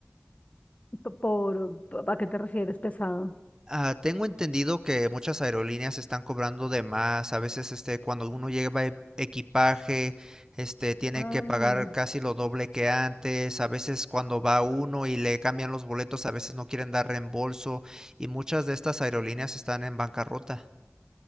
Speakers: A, on the left; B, on the right.
A: <laughs> Por, ¿a qué te refieres, pesado?
B: Ah, tengo entendido que muchas aerolíneas están cobrando de más. A veces, este, cuando uno lleva e- equipaje, este, tiene
A: Ah.
B: que pagar casi lo doble que antes. A veces cuando va uno y le cambian los boletos, a veces no quieren dar reembolso y muchas de estas aerolíneas están en bancarrota.